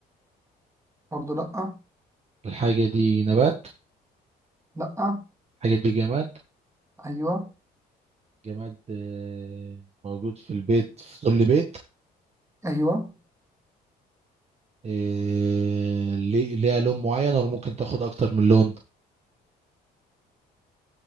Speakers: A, on the right; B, on the right.
A: برضه لا
B: الحاجة دي نبات
A: لا
B: الحاجة دي جماد
A: ايوه
B: جماد آه، موجود في البيت في كل بيت
A: ايوه
B: آه، ليه- ليها لون معين ولا ممكن تاخد اكتر من لون